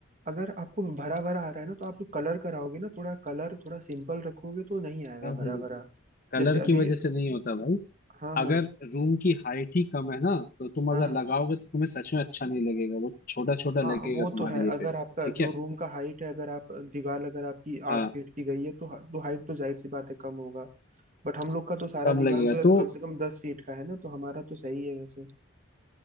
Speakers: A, on the right (about 35°); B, on the left (about 40°).
A: अगर आपको भरा भरा आ रहा है ना तो आप जो कलर कराओगे ना थोड़ा कलर थोड़ा सिंपल रखोगे तो नहीं आएगा
B: नहीं
A: भरा भरा
B: कलर
A: जैसे
B: की
A: अभी
B: वजह से नहीं होता भाई
A: हाँ हाँ
B: अगर रूम की हाइट ही कम है ना तो तुम
A: हाँ
B: अगर
A: हाँ
B: लगाओगे तो तुम्हें सच में अच्छा नहीं लगेगा वो छोटा छोटा
A: हाँ
B: लगेगा
A: वो
B: तुम्हारे
A: तो है
B: ये
A: अगर
B: पे ठीक
A: आपका जो
B: है
A: रूम का हाइट है अगर आप दीवार अगर आपकी
B: हाँ
A: आठ फीट की गई है तो तो हाइट तो जाहिर सी बात है कम होगा बट हम लोग का तो सारा
B: कम
A: दीवार
B: लगेगा
A: जो है
B: तो
A: कम से कम दस फीट का है ना तो हमारा तो सही है वैसे